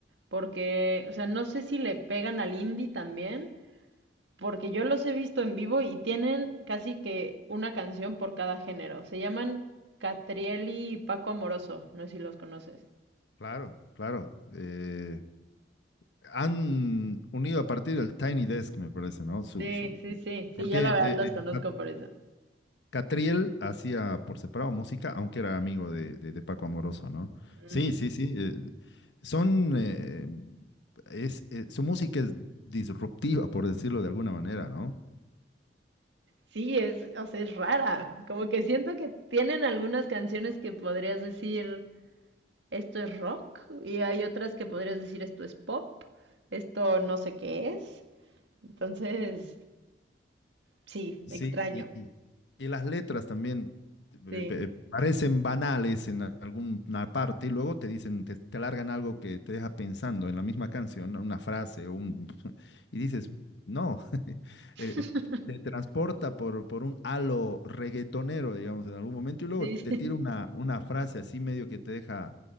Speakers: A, on the right (about 80°); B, on the left (about 75°).
A: porque, o sea, no sé si le pegan al indie también, porque yo los he visto en vivo y tienen casi que una canción por cada género. Se llaman Catrieli y Paco Amoroso, no sé si los conoces.
B: Claro, claro. Eh, han unido a partir del Tiny Desk, me parece, ¿no? Su,
A: Sí,
B: su-
A: sí, sí,
B: porque
A: sí, yo la
B: eh,
A: verdad los conozco
B: eh,
A: por eso.
B: Catriel hacía por separado música, aunque era amigo de, de- de Paco Amoroso, ¿no? Sí,
A: Mm.
B: sí, sí. eh, son, eh, es, eh, su música es disruptiva, por decirlo de alguna manera, ¿no?
A: Sí, es, o sea, es rara. Como que siento que tienen algunas canciones que podrías decir esto es rock y hay otras que podrías decir esto es pop, esto no sé qué es. Entonces, sí,
B: Sí,
A: extraño.
B: y, y- y las letras también eh,
A: Sí,
B: pe- parecen banales en a- alguna parte y luego te dicen, te, te largan algo que te deja pensando en la misma canción, ¿no? una frase o un... <laughs> Y dices, no, <laughs>
A: sí,
B: eh, te transporta por, por un halo reggaetonero, digamos, en algún momento y luego
A: <laughs>
B: te
A: sí.
B: tira una, una frase así medio que te deja